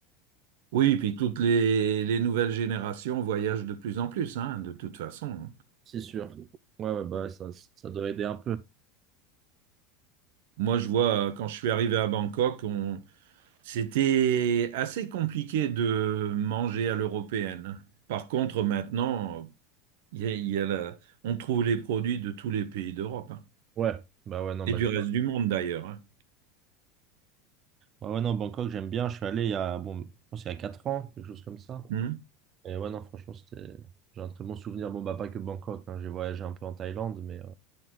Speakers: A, on the right; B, on the right.
A: Oui, et puis toutes les, les nouvelles générations voyagent de plus en plus, hein, de toute façon. hein.
B: C'est sûr. Ouais, ouais, bah, ouais, ça, ça doit aider un peu.
A: Moi, je vois, euh, quand je suis arrivé à Bangkok, on... c'était assez compliqué de manger à l'européenne. hein. Par contre, maintenant, euh, il y a, il y a la- on trouve les produits de tous les pays d'Europe, hein.
B: Ouais, bah ouais, non, bah,
A: Et du reste du monde d'ailleurs. hein.
B: Ouais, ouais, non, Bangkok, j'aime bien. Je suis allé il y a, bon, je pense il y a 4 ans, quelque chose comme ça.
A: Hmm.
B: Et ouais, non, franchement, c'était, j'ai un très bon souvenir. Bon, bah, pas que Bangkok, hein. J'ai voyagé un peu en Thaïlande, mais, euh,